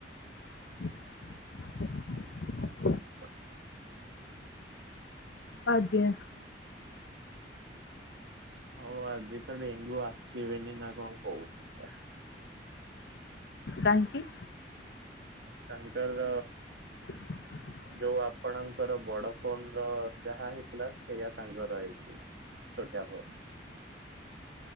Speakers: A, on the left; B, on the right.
A: <inaudible>
B: <unintelligible>
A: ଆଜ୍ଞା
B: ହଉ ଆଜି ତ ଡେଙ୍ଗୁ ଆସିବେନି ନା କଣ କହୁଥିଲା।
A: କାହିଁକି?
B: ତାଙ୍କର-
A: <inaudible>
B: ଯୋଉ ଆପଣଙ୍କର ବଡ ଫୋନ ର ଯାହା ହେଇଥିଲା ସେଇଆା ତାଙ୍କର ହେଇଛି। ଶଟାର <unintelligible>